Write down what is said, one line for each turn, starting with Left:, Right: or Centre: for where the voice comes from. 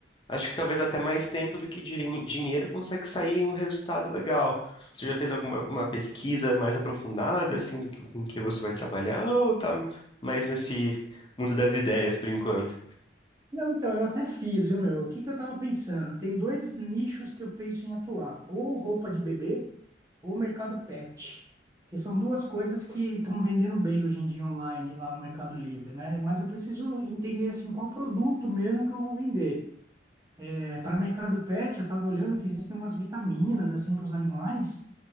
Left: Acho que talvez até mais tempo do que dirin- dinheiro consegue sair um resultado legal. Você já fez alguma uma pesquisa mais aprofundada, assim, do que com que você vai trabalhar, ou tá mais nesse mundo das ideias por enquanto?
Right: Não, então, eu até fiz, viu, meu? O que que eu tava pensando? Tem dois nichos que eu penso em atuar, ou roupa de bebê ou mercado pet, que são duas coisas que estão vendendo bem hoje em dia online lá no Mercado Livre, né? Mas eu preciso entender, assim, qual produto mesmo que eu vou vender. É, para mercado pet, eu tava olhando que existem umas vitaminas, assim, para os animais,